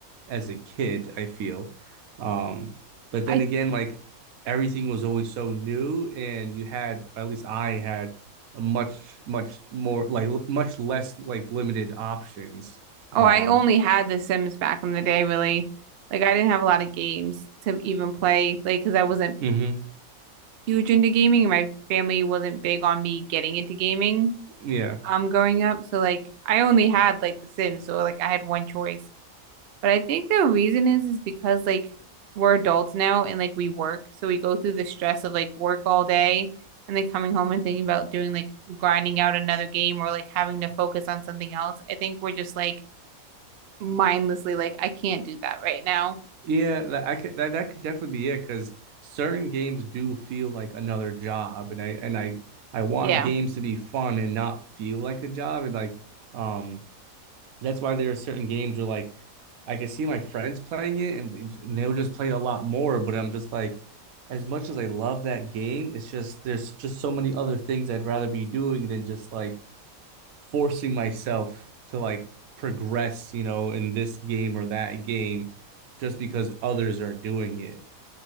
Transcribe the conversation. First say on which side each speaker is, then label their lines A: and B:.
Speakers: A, on the right; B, on the right.
A: as a kid, I feel. Um, but
B: I
A: then again, like everything was always so new, and you had, at least I had, a much, much more like l- much less like limited options. Um,
B: oh, I only had The Sims back in the day, really. Like I didn't have a lot of games to even play, like because I wasn't
A: hmm
B: huge into gaming, and my family wasn't big on me getting into gaming
A: yeah,
B: um growing up. So like I only had like The Sims, so like I had one choice. But I think the reason is is because like we're adults now and like we work. So we go through the stress of like work all day and then coming home and thinking about doing like grinding out another game or like having to focus on something else. I think we're just like mindlessly like I can't do that right now.
A: yeah, that I could that, that could definitely be it because certain games do feel like another job, and I and I I want
B: Yeah.
A: games to be fun and not feel like a job, and like um that's why there are certain games where like I can see my friends playing it and, they- and they'll just play a lot more, but I'm just like, as much as I love that game, it's just there's just so many other things I'd rather be doing than just like forcing myself to like progress, you know, in this game or that game just because others are doing it.